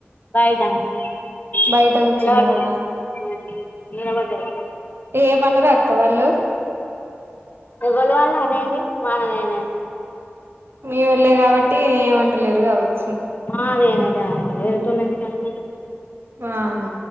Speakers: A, on the left; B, on the right.
A: బాయిటా నిలబడ్డాది
B: బయట కూర్చున్నదా
A: ఉమ్ నిలబడ్డాది
B: ఏమన్నరక్క వాళ్ళు
A: ఎవలు వాళ్ళ అనేది మానదనేది
B: మీ వాళ్లే కాబట్టి ఏమంటలేరు కావచ్చు
A: అదేనుగా ఏరెటోలు ఎందుకంటారు
B: వాహ